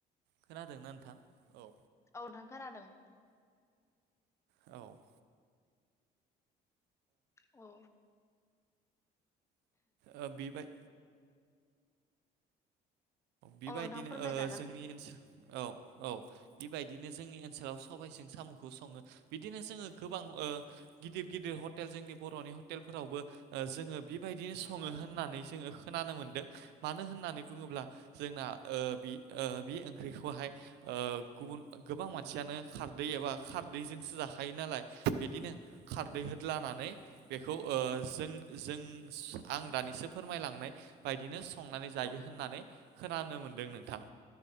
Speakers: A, on the right; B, on the left.
A: खोनादोंना नोंथां औ
B: औ नोंथां खोनादों
A: औ
B: औ
A: ओ बे बाय बेबायदिनो
B: औ नोंथां फोरमायजागोन
A: ओ जोंनि ओनसो औ औ बायदिनो जोंनि ओनसोलाव सबायजों साम'खौ सङो बिदिनो जोङो गोबां ओ गिदिर गिदिर ह टेल जोंनि बर'नि हटेलफोरावबो ओ जोङो बि बायदिनो सङो
B: औ
A: होननानै
B: औ
A: जोङो खोनानो मोन्दों मानो होननानै बुङोब्ला जोंना ओ बि ओ बिओंख्रिखौहाय गुबुन गोबां मानसियानो खार दै एबा खारदैजोंसो जाखायो नालाय बिदिनो खारदै
B: औ
A: होदलानानै बेखौ ओ जों जों आं दानिसो फोरमायलांनाय बायदिनो संनानै जायो
B: औ
A: होननानै
B: औ
A: खोनानो मोन्दों नोंथां